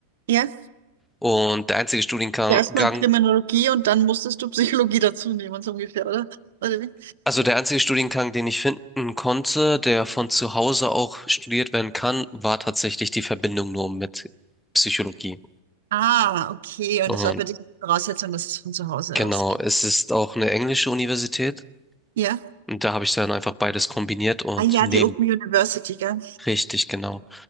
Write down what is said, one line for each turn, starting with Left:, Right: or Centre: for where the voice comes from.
Right: Ja,
Centre: und der einzige Studiengang,
Right: erstmal
Centre: Gang-
Right: Kriminologie und dann musstest du Psychologie dazu nehmen, so ungefähr, oder? Oder wie?
Centre: also der einzige Studiengang, den ich finden konnte, der von zu Hause auch studiert werden kann, war tatsächlich die Verbindung nur mit Psychologie.
Right: Ah, okay. Und
Centre: Und
Right: das war für dich eine Voraussetzung, dass es von zu Hause
Centre: genau,
Right: ausgeht.
Centre: es ist auch eine englische Universität.
Right: Ja.
Centre: Und da habe ich dann einfach beides kombiniert und
Right: Ah ja,
Centre: neben.
Right: die Open University, gell?
Centre: Richtig, genau.